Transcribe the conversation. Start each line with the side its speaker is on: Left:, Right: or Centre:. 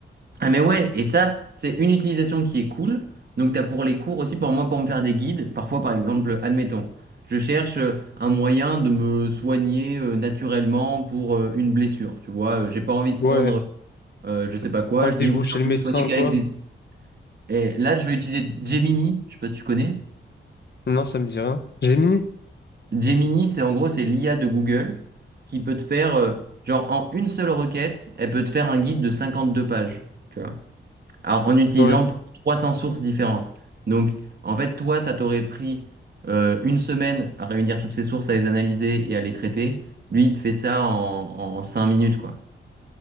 Right: ah mais ouais, et ça, c'est une utilisation qui est cool. Donc t'as pour les cours aussi, pour moi, pour me faire des guides. Parfois, par exemple, admettons, je cherche euh, un moyen de me soigner euh, naturellement pour euh, une blessure. Tu vois, Euh, j'ai pas envie de prendre
Left: Ouais.
Right: euh, euh, je sais pas quoi.
Left: Rendez-vous
Right: Je dis ouais,
Left: chez
Right: j'ai envie
Left: le médecin
Right: de me soigner qu'avec
Left: ou quoi?
Right: des. Et là, je vais utiliser Gemini. Je sais pas si tu connais.
Left: Non, ça me dit rien. Gemini?
Right: Gemini, c'est en gros, c'est l'IA de Google qui peut te faire, euh, genre en une seule requête, elle peut te faire un guide de 52 pages. tu vois. Alors, en utilisant
Left: Ouais.
Right: plus de 300 sources différentes. Donc, en fait, toi, ça t'aurait pris euh, une semaine à réunir toutes ces sources, à les analyser et à les traiter. Lui, il te fait ça en, en 5 minutes, quoi.